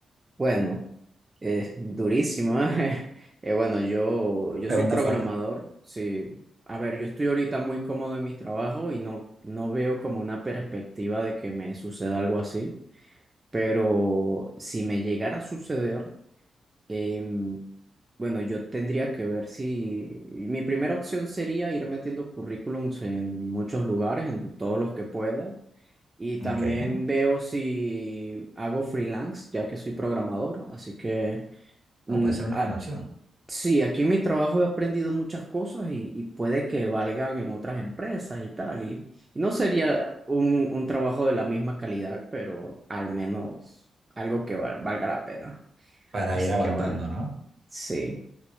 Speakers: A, on the right; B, on the right.
A: Bueno. Es durísimo, ¿eh? <laughs> Eh, bueno, yo, yo
B: Pregunta
A: soy programador,
B: fuerte.
A: sí. A ver, yo estoy ahorita muy cómodo en mi trabajo y no, no veo como una perspectiva de que me suceda algo así, pero si me llegara a suceder, em, bueno, yo tendría que ver si... Mi primera opción sería ir metiendo currículums en muchos lugares, en todos los que pueda. Y también
B: Ok.
A: veo si hago freelance, ya que soy programador, así que... Mm,
B: No, puede ser una
A: a-
B: buena opción
A: Sí, aquí en mi trabajo he aprendido muchas cosas y, y puede que valgan en otras empresas y tal. Y, y no sería un, un trabajo de la misma calidad, pero al menos algo que val- valga la pena.
B: para
A: Así
B: ir aguantando,
A: que bueno,
B: ¿no?
A: sí.